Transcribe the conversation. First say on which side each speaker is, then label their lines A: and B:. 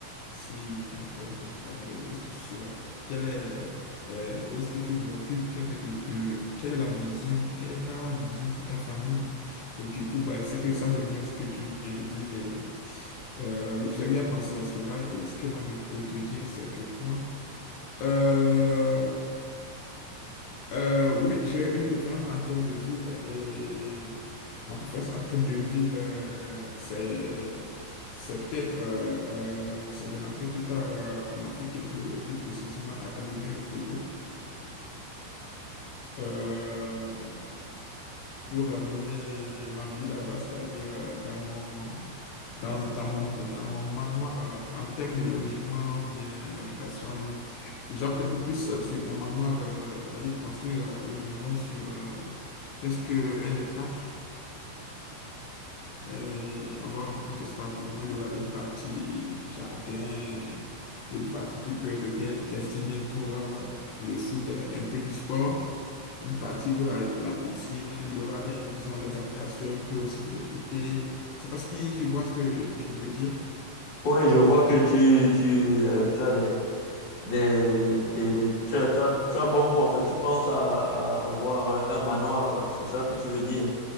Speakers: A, on the left (about 75°); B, on the left (about 45°).
A: si tu n'as pas un projet, c'est-à-dire où est-ce que tu seras, quel est, euh, où est-ce que tu vois, tu, tu es en train de, de- quelle est la vision, quelle est ta vision pour ta famille? Et du coup, bah, c'est que ça rejoint ce que tu viens de dire. et euh, oui, j'ai eu à penser à cela et ce que moi je peux te dire, c'est que quoi? Euh, euh, oui, j'ai eu une préférence en termes de ville et ma préférence en termes de ville, euh, c'est c'est peut-être euh, euh, c'est de rentrer plus tard euh, en Afrique et plus, et plus précisément à Lomé au Togo. Euh, pour ramener ma vie là-bas, c'est-à-dire euh, dans mon, dans, dans mon, dans mon manoir, euh, en termes de logement ou bien habitation, je- j'opte un peu plus euh, sur un manoir, euh, c'est-à-dire construire euh, une maison sur euh, presque un hectare euh, avoir un peu plus d'espace pour moi. Il y aura une partie jardin, une partie qui peut être de- destinée pour euh, le foot, et un peu du sport. Une partie, il y aura la piscine, il y aura les, disons, les habitations un peu aussi de l'autre côté. C'est parce que tu vois ce que je veux dire.
B: Oui, je vois que tu, tu, euh, tu as des, des, des, des- des- tu as, tu as- tu as bon goût en fait. Tu penses à, à avoir euh, un manoir, quoi. C'est ça que tu veux dire.